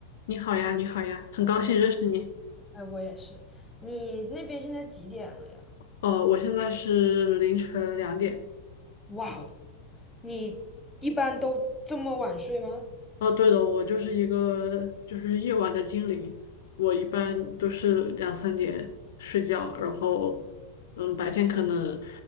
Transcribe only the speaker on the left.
你好呀，你好呀，很高兴认识你。
哦，我现在是凌晨两点。
哦，对了，我就是一个就是夜晚的精灵，我一般都是两三点睡觉，然后嗯，白天可能